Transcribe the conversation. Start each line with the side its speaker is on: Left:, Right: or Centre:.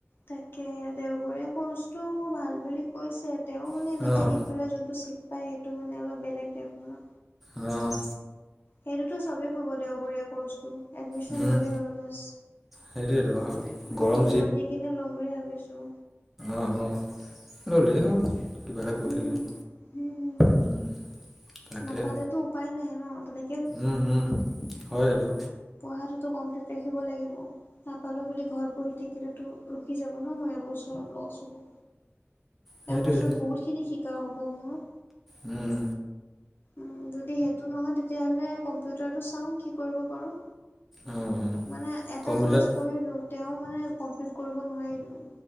Left: তাকে, দেওবৰীয়া কৰ্চটো ভাল বুলি কৈছে তেওঁ মানে
Centre: আৰু
Left: এনেকে
Centre: অঁ
Left: দি বলে যোনটো ছিট পায় সেইটো মানে অলপ বেলেগ টাইপৰ ন।
Centre: অ',।
Left: সেইটোতো চবেই পাব দেওবৰীয়া কৰ্চটো, এডমিশন
Centre: উম
Left: ললেই হ'ল বাচ।
Centre: সেইটোৱেতো গৰম
Left: মই এক্জাম দি কিনে লম বুলি ভাবিছো।
Centre: অ', অ', ললেই হল। কিবা এটা কৰি
Left: হুম
Centre: থাকিলে,
Left: হুম
Centre: উম, তাকে।
Left: নাপালেতো উপায় নাই ন তেনেক
Centre: উম, উম, হয় এটো।
Left: পঢ়াটোতো কমপ্লিট ৰাখিব লাগিব, নাপালোঁ বুলি ঘৰত বহি থাকিলেতো ৰখি যাব ন মোৰ এবছৰ লছ হব
Centre: সেইটোৱে
Left: এবছৰত বহুত খিনি শিকা হ'ব মোৰ
Centre: উম,।
Left: উম, যদি সেইটো নহয় তেতিয়াহলে কম্পিউটাৰটো চাওঁ কি কৰিব পাৰো।
Centre: অঁ অঁ
Left: মানে এটা
Centre: কম্পিউটাৰত
Left: কৰ্চ কৰিলো তেওঁ মানে কমপ্লিট কৰিব নোৱাৰিলো।